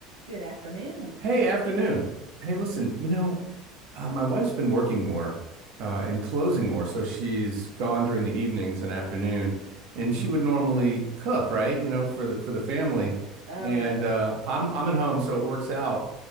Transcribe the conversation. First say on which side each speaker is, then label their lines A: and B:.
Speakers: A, on the right (about 80°); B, on the right (about 60°).
A: Good afternoon.
B: Hey, afternoon. Hey, listen, you know, uh, my wife's been working more uh, and closing more, so she's gone during the evenings and afternoon, and she
A: Mm.
B: would normally cook, right? You know, for the for the family.
A: Oh
B: And
A: yeah.
B: uh, I'm I'm at home, so it works out.